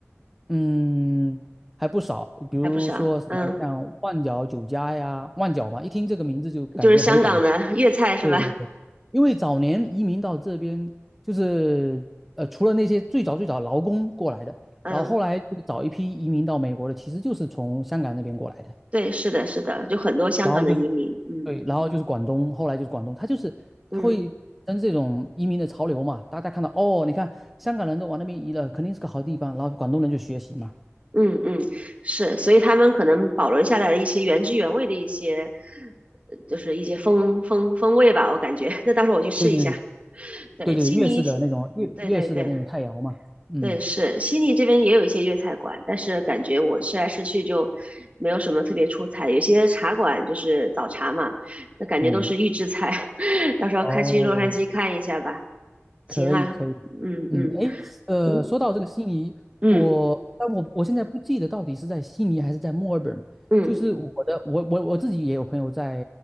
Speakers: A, in the centre; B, on the right (about 30°).
A: 嗯，还不少，比如说什么像万角酒家呀，
B: 还不少，嗯，
A: 万角嘛，一听这个名字就感觉很感，
B: 就是香港的粤菜是吧？
A: 对对对，因为早年移民到这边，就是呃，除了那些最早最早劳工过来的，
B: <laughs> 嗯，
A: 然后后来就是早一批移民到美国的，其实就是从香港那边过来的。
B: 对，是的，是的，就很多香港的移民，
A: 然后就是
B: 嗯
A: 对，然后就是广东，后来就是广东，他就是他会跟这种移民的潮流嘛，
B: 嗯。
A: 大家看到哦，你看香港人都往那边移了，肯定是个好地方，然后广东人就学习嘛，
B: 嗯嗯，是，所以他们可能保留下来了一些原汁原味的一些，呃就是一些风风风味吧，我感觉。<laughs> 那到时候我去试一下。
A: 对对对
B: 对，
A: 对对，
B: 悉尼，
A: 粤式的那种粤粤式的那种太阳嘛，
B: 对对对
A: 嗯
B: 对，是悉尼这边也有一些粤菜馆，但是感觉我吃来吃去就没有什么特别出彩。有些茶馆就是早茶嘛，那感觉都是预制菜。
A: 嗯，
B: <laughs> 到时候看去洛杉矶看一下吧。
A: 哦，
B: 行啊，
A: 可以可以，
B: 嗯嗯
A: 嗯，诶，呃，
B: 嗯
A: 说到这个悉尼，
B: 嗯
A: 我但我我现在不记得到底是在悉尼还是在墨尔本。
B: 嗯
A: 就是我的，我我我自己也有朋友在，